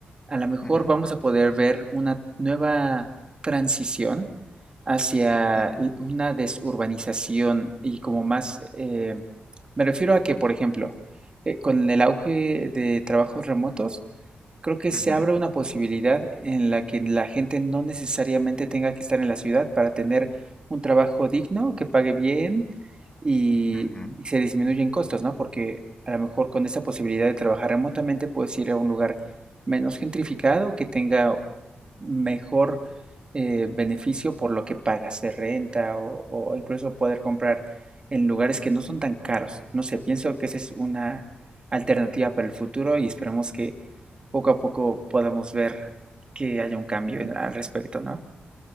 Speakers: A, on the right (about 30°); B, on the left (about 30°).
A: a lo mejor
B: Ujú,
A: vamos a poder ver una nueva transición hacia
B: ujú,
A: l- una desurbanización y como más, eh, me refiero a que, por ejemplo, eh, con el auge de trabajos remotos, creo que se
B: ujú,
A: abre una posibilidad en la que la gente no necesariamente tenga que estar en la ciudad para tener un trabajo digno, que pague bien y,
B: ujú.
A: y se disminuyen costos, ¿no? Porque a lo mejor con esa posibilidad de trabajar remotamente puedes ir a un lugar menos gentrificado, que tenga mejor eh, beneficio por lo que pagas de renta o, o incluso poder comprar en lugares que no son tan caros. No sé, pienso que esa es una alternativa para el futuro y esperemos que poco a poco podamos ver que haya un cambio en- al respecto, ¿no?